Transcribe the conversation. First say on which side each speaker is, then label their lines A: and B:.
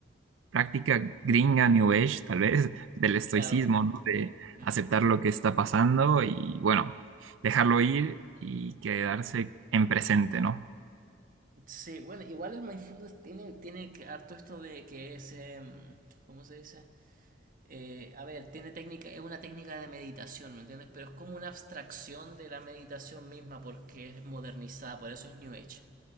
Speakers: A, on the right; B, on the right.
A: práctica gringa, New Age, tal vez, <laughs> del estoicismo,
B: Claro. no.
A: ¿no? De
B: Mm.
A: aceptar lo que está pasando y, bueno, dejarlo ir y quedarse en presente, ¿no?
B: Sí, bueno, igual el mindfulness tiene, tiene que- harto esto de que es, em, ¿cómo se dice? eh, a ver, tiene técnica, es una técnica de meditación, ¿me entiendes? Pero es como una abstracción de la meditación misma porque es modernizada, por eso es New Age.